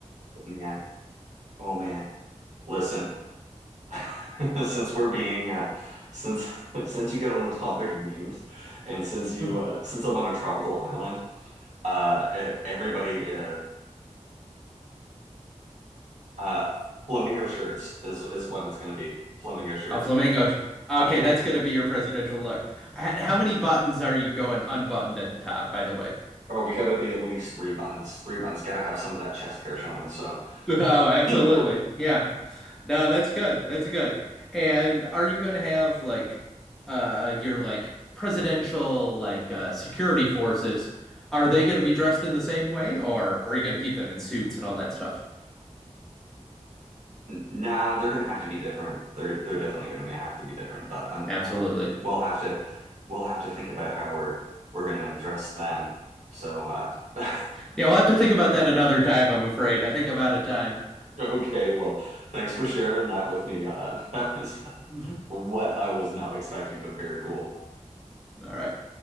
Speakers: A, on the right (about 70°); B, in the centre.
A: man, oh man, listen. <laughs> Since we're being uh, since <laughs> since you get on the topic of memes, and since
B: <laughs>
A: you
B: A
A: uh, since I'm on a tropical island, uh, e- everybody uh, Uh, flamingo shirts is is what it's gonna be. Flamingo shirts.
B: flamingo. Okay,
A: Uh, fl
B: that's going to be your presidential look. H- How many buttons are you going unbuttoned at the top, by the way?
A: oh, we gotta be at least three buttons. Three buttons. Gotta have some of that chest hair showing. So,
B: <laughs> Oh,
A: <laughs>
B: absolutely.
A: mm,
B: Yeah. No, that's good. That's good. And are you going to have like uh your like presidential like uh security forces? Are they going to be dressed in the same way or are you going to keep them in suits and all that stuff?
A: nah, they're gonna have to be different. They're they're definitely gonna be, have to be different. But um,
B: Absolutely.
A: we'll have to we'll have to think about how we're we're gonna address them. So, uh, <laughs>
B: Yeah, we'll have to think about that another time, I'm afraid. I think I'm out of time.
A: okay. Well, thanks for sharing that with me. Uh, <laughs> that was
B: <laughs> All
A: what I was not expecting, but very cool.
B: right.